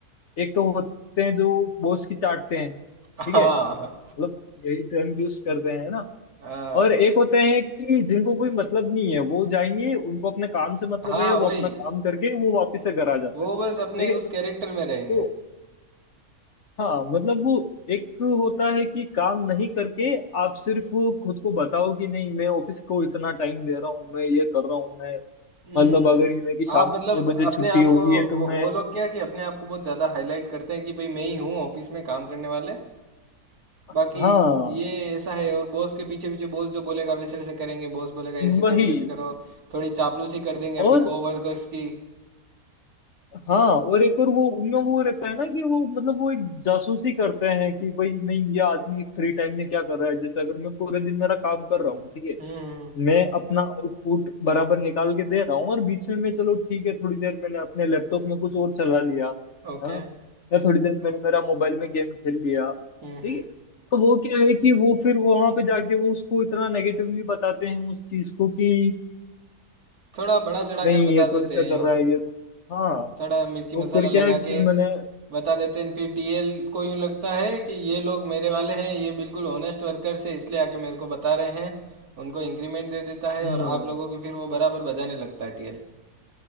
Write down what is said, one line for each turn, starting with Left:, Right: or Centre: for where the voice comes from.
Left: एक तो होते हैं जो बॉस की चाटते हैं
Right: हाँ
Left: ठीक है मतलब यही टर्म यूज कर रहे हैं ना
Right: हाँ
Left: और एक होते हैं कि जिनको कोई मतलब नहीं है वो जाएंगे उनको अपने काम से मतलब
Right: हाँ
Left: है वो
Right: वही
Left: अपना काम करके वो वापस से घर आ जाते
Right: वो
Left: हैं ठीक
Right: बस अपने
Left: है
Right: उस कैरेक्टर में रहेंगे
Left: तो हाँ मतलब वो एक होता है कि काम नहीं करके आप सिर्फ खुद को बताओ कि नहीं मैं ऑफिस को इतना टाइम दे रहा हूँ मैं ये कर रहा हूँ मैं
Right: हम्म
Left: मतलब अगर ये मेरी शाम
Right: आप
Left: को
Right: मतलब
Left: छह बजे छुट्टी
Right: अपने आप
Left: होगी
Right: को
Left: है तो
Right: वो,
Left: मैं
Right: वो लोग क्या कि अपने आप को बहुत ज़्यादा हाईलाइट करते हैं कि भाई मैं ही हूँ ऑफिस में काम करने वाले
Left: हाँ
Right: बाकी ये ऐसा है और बॉस के पीछे पीछे बॉस जो बोलेगा वैसे वैसे करेंगे बॉस बोलेगा ऐसे
Left: वही
Right: करो वैसे करो थोड़ी चापलूसी कर देंगे
Left: और
Right: अपनी कोवर्कर्स की
Left: हाँ और एक और वो उनमें वो रहता है ना कि वो मतलब वो एक जासूसी करते हैं कि भाई नहीं ये आदमी फ्री टाइम में क्या कर रहा है जैसे अगर मैं पूरे दिन मेरा काम कर रहा हूँ ठीक है
Right: हम्म
Left: मैं अपना आउटपुट बराबर निकाल के दे रहा हूँ और बीच में मैं चलो ठीक है थोड़ी देर मैंने अपने लैपटॉप में कुछ और चला लिया
Right: ओके
Left: है ना या थोड़ी देर मैंने मेरा मोबाइल में गेम खेल लिया
Right: हम्म
Left: ठीक
Right: हम्म
Left: है तो वो क्या है कि वो फिर वहां पे जाके वो उसको इतना नेगेटिवली बताते हैं उस चीज को कि
Right: थोड़ा बड़ा चढ़ा
Left: नहीं
Right: कर बता
Left: ये तो
Right: देते
Left: ऐसा
Right: हैं
Left: कर
Right: यूँ
Left: रहा है ये तो, हाँ
Right: थोड़ा मिर्ची
Left: तो
Right: मसाला
Left: फिर
Right: लगा
Left: क्या है फिर
Right: के
Left: मैंने
Right: बता देते हैं फिर टीएल को यूँ लगता है कि ये लोग मेरे वाले हैं ये बिल्कुल ऑनेस्ट वर्कर्स है इसलिए आके मेरे को बता रहे हैं उनको इंक्रीमेंट दे देता है
Left: हम्म
Right: और आप लोगों की फिर वो बराबर बजाने लगता है टीएल